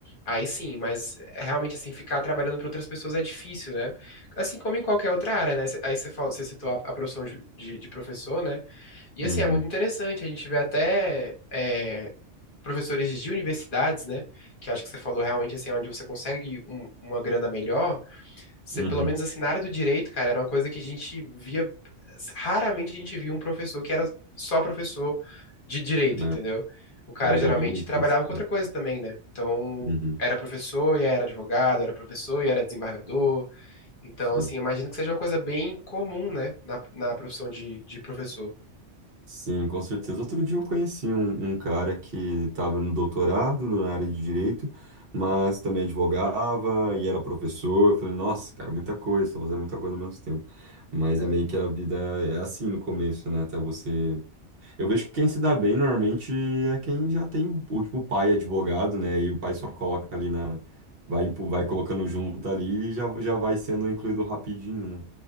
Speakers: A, on the left; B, on the right.
A: Aí sim, mas é realmente assim, ficar trabalhando para outras pessoas é difícil, né? Assim como em qualquer outra área, né? Aí você falou, você citou a, a profissão de, de- de professor, né? E
B: Uhum,
A: assim, é muito interessante, a gente vê até é, professores de universidades, né? Que acho que você falou realmente assim, é onde você consegue um- uma grana melhor, você,
B: uhum.
A: pelo menos assim, na área do direito, cara, era uma coisa que a gente via. Raramente a gente via um professor que era só professor de direito,
B: É,
A: entendeu? O cara
B: eu
A: geralmente
B: já vi muito
A: trabalhava
B: isso.
A: com
B: sim.
A: outra coisa também, né? Então,
B: Uhum,
A: era professor e era advogado, era professor e era desembargador. Então,
B: sim.
A: assim, imagino que seja uma coisa bem comum, né? Na, na profissão de, de professor.
B: Sim, com certeza. Outro dia eu conheci um, um cara que estava no doutorado na área de direito, mas também advogava e era professor. Eu falei, nossa, cara, muita coisa, estou fazendo muita coisa ao mesmo tempo. Mas
A: É.
B: é meio que a vida é assim no começo, né? Até você Eu vejo que quem se dá bem normalmente é quem já tem o o tipo pai advogado, né? E o pai só coloca ali na. Vai, impu- vai colocando junto ali e já, já vai sendo incluído rapidinho, né?